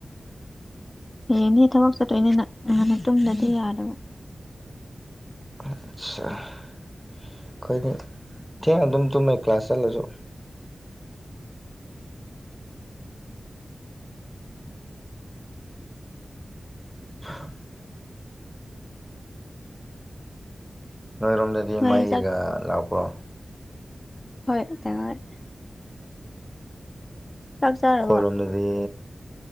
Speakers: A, on the left; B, in the centre.
A: ꯍꯌꯦꯡꯅꯦ ꯊꯕꯛ ꯆꯠꯇꯣꯏꯅꯤ ꯅ ꯉꯟꯅ ꯇꯨꯝꯗꯗꯤ ꯌꯥꯗꯕ
B: ꯑꯠꯁ ꯑꯩꯈꯣꯏꯗꯤ ꯊꯦꯡꯅ ꯑꯗꯨꯝ ꯇꯨꯝꯃꯦ ꯀ꯭ꯂꯥꯁ ꯆꯠꯂꯁꯨ <unintelligible> ꯅꯣꯏꯔꯣꯝꯗꯗꯤ
A: ꯅꯣꯏ
B: ꯃꯩꯒ
A: ꯆꯥꯛ
B: ꯂꯥꯛꯄ꯭ꯔꯣ
A: ꯍꯣꯏ꯫ <unintelligible> ꯆꯥꯛ ꯆꯥꯔꯕꯣ
B: ꯈꯣꯏꯔꯣꯝꯗꯗꯤ